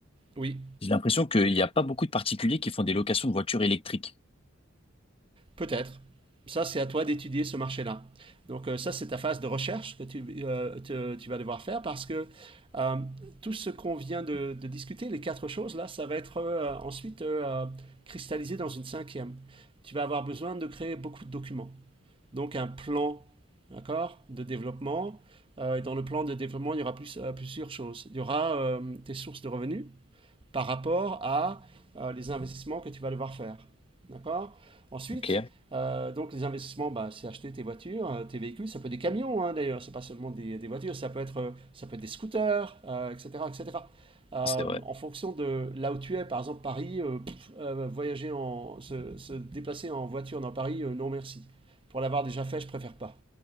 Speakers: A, on the right; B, on the left.
A: oui,
B: j'ai l'impression qu'il n'y a pas beaucoup de particuliers qui font des locations de voitures électriques.
A: peut-être. Ça, c'est à toi d'étudier ce marché-là. Donc, euh, ça, c'est ta phase de recherche que tu, euh, te- tu vas devoir faire parce que euh, tout ce qu'on vient de, de discuter, les quatre choses, là, ça va être euh, ensuite euh, euh, cristallisé dans une cinquième. Tu vas avoir besoin de créer beaucoup de documents. donc un plan d'accord, de développement. Euh, et dans le plan de développement, il y aura plus, euh, plusieurs choses. Il y aura euh, tes sources de revenus, par rapport à euh, les investissements que tu vas devoir faire. D'accord Ensuite,
B: Ok,
A: euh, donc les investissements, bah, c'est acheter tes voitures, euh, tes véhicules, ça peut être des camions hein, d'ailleurs, c'est pas seulement des, des voitures, ça peut être, euh, ça peut être des scooters, euh, etc., etc. Euh,
B: c'est vrai.
A: en fonction de là où tu es, par exemple Paris, euh, pff, euh, voyager en, se, se déplacer en voiture dans Paris, euh, non merci. Pour l'avoir déjà fait, je préfère pas.